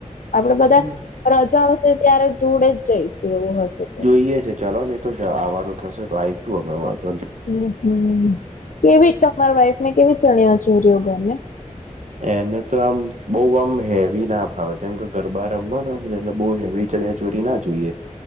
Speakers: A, on the left; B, on the right.
A: આપડે બધા
B: હવે
A: રજા હશે ત્યારે જોડે જ જઈશું એવું હશે તો
B: ઇએ છે ચાલોની થોય તે આવાનું થશે તો આઈશું અમે વાધો
A: હમ્મ હમ-મ-મ કેવી તમાર વાઈફ ને કેવી ચણિયા ચોરીઓ ગમે
B: એને તો આમ બોવ આમ હેવી ના ફાવે કેમ કે ગરબા રમવાના હોય ને એટલે બો હેવી ચણીયા ચોરી ના જોઈએ